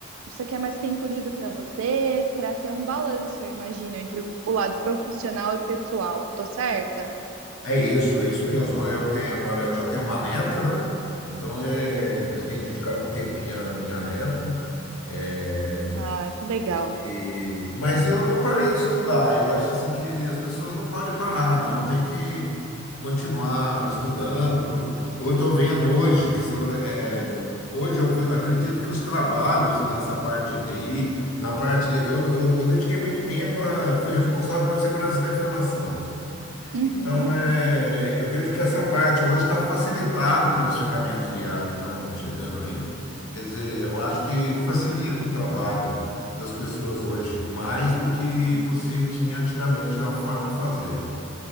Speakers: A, on the right (about 75°); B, on the left (about 85°).
A: você quer mais tempo livre para você, para ter um balanço, eu imagino, entre o lado profissional e pessoal. Tô certa?
B: é isso, é isso mesmo. Eu tenho agora, eu já tenho uma neta, né? Então é, eu tenho dedicado um tempinho à minha neta. É,
A: Ah, que legal.
B: E- mas eu não parei de estudar. Eu acho assim que as pessoas não podem parar, não. Tem que continuar estudando. por- Eu estou vendo hoje que semana- é, hoje eu ve- acredito que os trabalhos nessa parte de TI, na parte de, eu, eu, eu dediquei muito tempo a, fui responsável por segurança da informação.
A: Uhum,
B: Então, é, eu vejo que essa parte hoje está facilitada pelas ferramentas de IA que estão chegando aí. Quer dizer, eu acho que facilita o trabalho das pessoas hoje, mais do que
A: uhum.
B: você tinha antigamente uma forma de fazer.